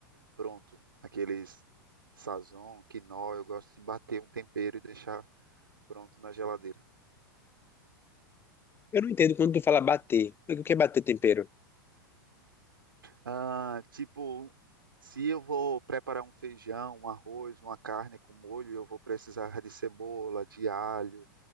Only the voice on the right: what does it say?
pronto, aqueles Sazon, quinó, eu gosto de bater um tempero e deixar pronto na geladeira.
Ah, tipo, se eu vou preparar um feijão, um arroz, uma carne com molho, eu vou precisar de cebola, de alho,